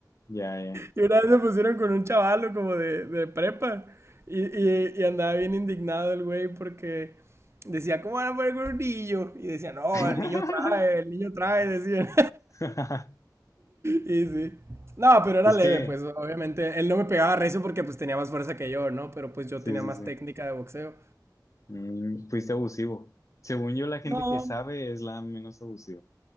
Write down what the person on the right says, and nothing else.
Y una vez me pusieron con un chavalo como de, de prepa. Y, y- y andaba bien indignado el güey porque decía, ¿cómo van a poner con un niño? Y decía, no,
el niño trae, el niño trae, decía
Y sí. No, pero era
leve,
pues obviamente. Él no me pegaba recio porque pues tenía más fuerza que yo, ¿no? Pero pues yo
tenía
más
técnica de boxeo.
No,